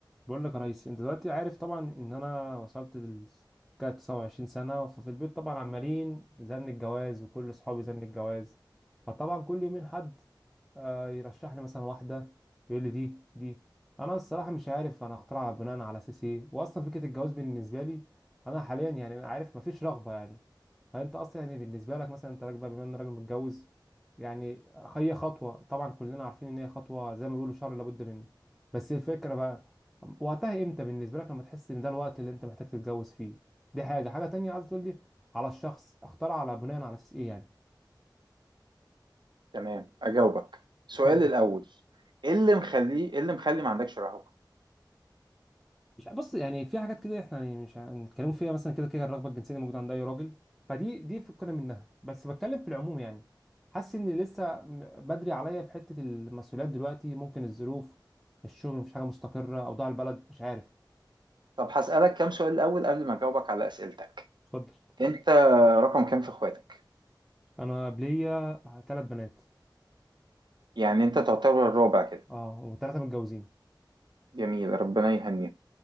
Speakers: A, in the centre; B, on the right.
A: بقول لك يا ريس انت دلوقتي عارف طبعا ان انا وصلت ل كده 29 سنه ففي البيت طبعا عمالين زن الجواز وكل اصحابي زن الجواز فطبعا كل يومين حد آه، يرشح لي مثلا واحده يقول لي دي دي انا الصراحه مش عارف انا اخترعها بناء على اساس ايه واصلا فكره الجواز بالنسبه لي انا حاليا يعني عارف مفيش رغبه يعني فانت اصلا يعني بالنسبه لك مثلا انت راجل بقى بما ان راجل متجوز يعني هي خطوه طبعا كلنا عارفين ان هي خطوه زي ما بيقولوا شر لابد منه بس الفكره بقى وقتها امتى بالنسبه لك لما تحس ان ده الوقت اللي انت محتاج تتجوز فيه دي حاجه حاجه تانية عايز تقول لي على الشخص اختار على بناء على اساس ايه يعني
B: تمام اجاوبك سؤال
A: اتفضل
B: الاول ايه اللي مخليه ايه اللي مخلي ما عندكش رهبة
A: مش ع- بص يعني في حاجات كده احنا يعني مش هنتكلموا فيها مثلا كده كده الرغبه الجنسيه اللي موجوده عند اي راجل فدي دي فكنا منها بس بتكلم في العموم يعني حاسس ان لسه م- بدري عليا في حته المسؤوليات دلوقتي ممكن الظروف الشغل مفيش حاجه مستقره اوضاع البلد مش عارف
B: طب هسألك كام سؤال الاول قبل ما اجاوبك على اسئلتك
A: اتفضل
B: انت رقم كام في اخواتك
A: انا قبليه ثلاث بنات
B: يعني انت تعتبر الرابع كده
A: اه وثلاثه متجوزين
B: جميل ربنا يهنيك